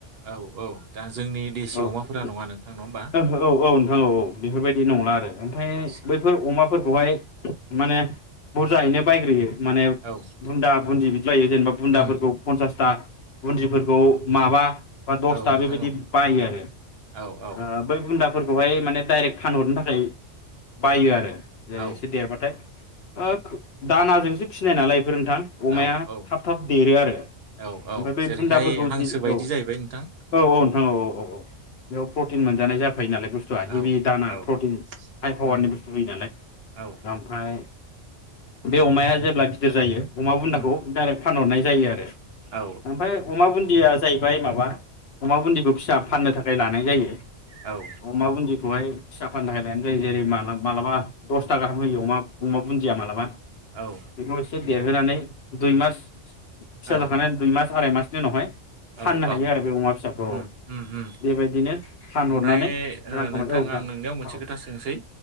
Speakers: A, on the right; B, on the left.
A: औ औ दा जोंनि देसि
B: होननासो
A: अमाफोरा
B: खोनादों
A: नङा नोंथां नङा होमबा
B: आङो। औ औ नोंथां औ बेफोरबायदि नंला आरो नाथाय
A: आदसा
B: बैफोर अमा फोरखौहाय माने बुरजायैनो बायग्रोयो। माने
A: औ
B: भुन्दा भुन्दि बिदि जायो जेनेबा बुन्दाफोरखौ
A: उम
B: बा बुन्दिफोरखौ माबा बा दसथा
A: औ नोंथां
B: बेबायदि
A: औ
B: बायो आरो
A: औ औ
B: ओ बै बुन्दाफोर खौहाय माने डाइरेक्ट फानहरनो थाखाय बायो आरो। जेरै
A: औ
B: इसे देरबाथाय ओ दानाजोंसो फिनाय नालाय। फोर नोंथां
A: औ
B: अमाया थाब थाब देरो आरो। ओमफ्राय
A: औ औ
B: बै
A: जेरैहाय
B: बुन्दाफोरखौ
A: हांसो
B: जि औ
A: बायदि जाहैबाय नोंथां
B: औ औ नोंथां औ औ औ औ बेयाव फ्र तिन मोनजानाय जा फैयो नालाय बुस्थुआ
A: औ
B: हेभि दाना
A: औ
B: प्रटिन हाइ पावारनि
A: उम
B: बुस्थु होयो नालाय
A: औ
B: ओमफ्राय बे अमाया जेब्ला गिदिर जायो अमा बुन्दाखौ
A: उम
B: डाइरेक्ट फानहरनाय जायो आरो।
A: औ
B: ओमफ्राय अमा बुन्दिया जाहैबाय माबा अमा बुन्दिखौ फिसा फाननो थाखाय लानाय जायो। अमा
A: औ
B: बुन्दिखौहाय। फिसा फाननो थाखाय लायानो जायो जेरै मा मालाबा दसथा गाहाम होयो अमा अमा बुन्दिया माबलाबा
A: औ
B: <unintelligible> देरहोनानै दुइ मास फिसा
A: औ
B: जाखांनायनि उनाव दुइ मास आराय मासनि उनावहाय
A: औ
B: फाननो हायो
A: औ
B: आरो बे अमा फिसाखौ
A: उम उम उम
B: बेबायदिनो फानहरनानै
A: ओमफ्राय ओ
B: रां खामाय
A: नोंथां
B: औ
A: आं नोंनिाव मोनसे
B: औ
A: खोथा सोंसै